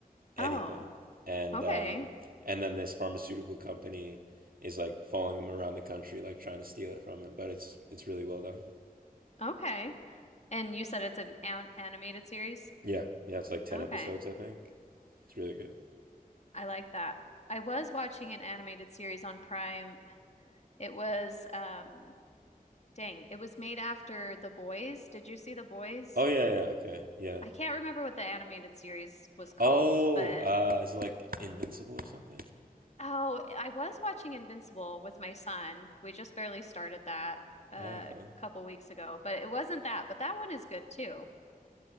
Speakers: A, on the right (about 70°); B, on the left (about 45°).
A: anything.
B: Oh,
A: And
B: okay.
A: um and then this pharmaceutical company is like following him around the country like trying to steal it from him, but it's it's really well done.
B: Okay. And you said it's an, an animated series?
A: Yeah. Yeah, it's like 10
B: Okay.
A: episodes, I think. It's really good.
B: I like that. I was watching an animated series on Prime. It was um Dang, it was made after The Boys. Did you see The Boys?
A: Oh yeah, yeah, okay, yeah.
B: I can't remember what the animated series was called,
A: Oh,
B: but
A: uh, is it like Invincible or something?
B: oh, I was watching Invincible with my son. We just barely started that a
A: Oh, Okay.
B: couple weeks ago, but it wasn't that, but that one is good too.